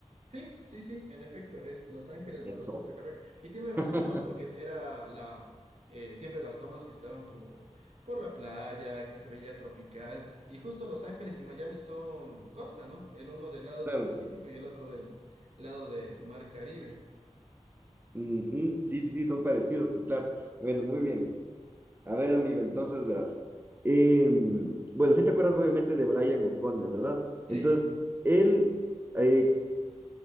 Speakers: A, on the right; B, on the right.
A: Sí, sí, sí, en efecto, es Los Ángeles la
B: eso.
A: respuesta correcta. Y tienes razón,
B: <laughs>
A: ¿no? Porque era la eh, siempre las tomas que estaban por, por la playa, que se veía tropical. Y justo Los Ángeles y Miami son costa, ¿no? El uno del lado
B: Claro,
A: del Pacífico y el otro del lado del Mar Caribe.
B: Ujú,
A: Sí, sí, sí.
B: Sí, sí, sí, son parecidos, pues claro. Bueno, muy bien. A ver, amigo, entonces verás. Em, bueno, sí te acuerdas obviamente de Brian O'Connor, ¿verdad? Entonces,
A: Sí,
B: él, eh,